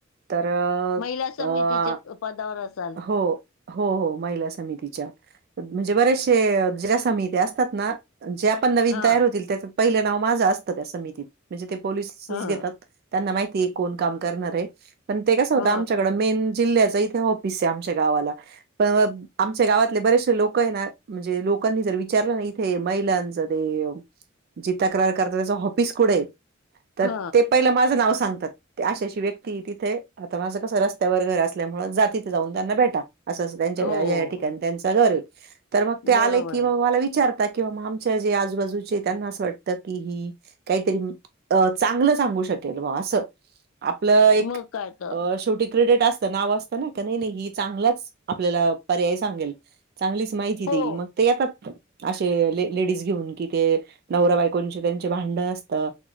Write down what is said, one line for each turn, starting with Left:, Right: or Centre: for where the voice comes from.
Right: तर
Left: महिला समितीच्या
Right: मग अ
Left: पदावर असाल
Right: <inaudible> हो, हो हो महिला समिती. म्हणजे बरेच ज्या समित्या असतात ना ज्या पण नवीन
Left: हा
Right: तयार होतील, त्या पहिलं नाव माझं असतं त्या समितीत. म्हणजे ते पोलिसच
Left: हा
Right: घेतात. त्यांना माहितीय आहे, कोण काम करणार आहे. पण ते कसं
Left: ह
Right: होतं आमच्याकडं मेन जिल्ह्याचं इथे ऑफिसे आमच्या गावाला. पण आमच्या गावातले बरेचसे लोक आहे ना, म्हणजे लोकांनी जर विचारलं ना इथे महिलांचा ते जी तक्रार करता त्याच हॉपिस कुठे? तर
Left: ह
Right: ते पहिलं माझं नाव सांगतात. ते अशी अशी व्यक्ती तिथे, आता माझं कसं रस्त्यावर घर असल्यामुळे जा तिथे जाऊन त्यांना भेटा. असं त्यांच्या
Left: हो
Right: या या ठिकाणी त्यांच घर आहे. तर मग
Left: बरोबर
Right: ते आले की
Left: आहे
Right: मग मला विचार किंवा आमच्या जे आजूबाजूचे त्यांना असं वाटत की ही काहीतरी अ चांगलं सांगू शकेल बॉ असं. आपलं एक,
Left: मग काय तर
Right: शेवटी क्रेडेट असतं, नाव असतं. नाही का, नाही नाही ही चांगलाच आपल्याला पर्याय सांगेल. चांगलीच माहिती
Left: हो
Right: देईल. मग ते येतात, असे लेडीज घेऊन कि, ते नवरा बायकोंचे त्यांचे भांडण असतात.